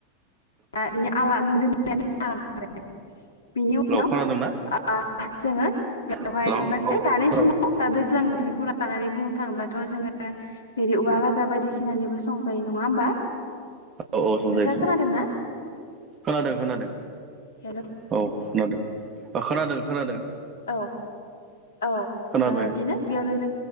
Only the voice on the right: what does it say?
हेलौ
खोनादोंना
हेलौ औ
खोनाबाय
दे
औ
औ औ संजायो
खोनादों खोनादों
औ खोनादों ओ खोनादों खोनादों
खोनाबाय